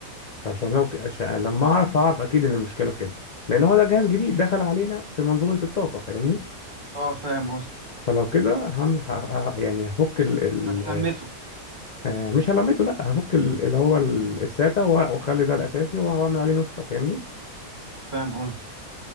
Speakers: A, on the left; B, on the right.
A: فعشان لو ك- عشان لما اعرف اعرف اكيد ان المشكلة في كده لان هو ده جهاز جديد دخل علينا في منظومة الطاقة فاهمني
B: اه فاهم قصدي
A: فلو كده هم ه... ه... يعني هفك ال... ال...
B: هتلمته
A: آه، مش هلمته لا هفك ال... اللي هو ال- الساتا وأ- واخلي ده الاساسي واعمل عليه نسخة فاهمني
B: فاهم قصدي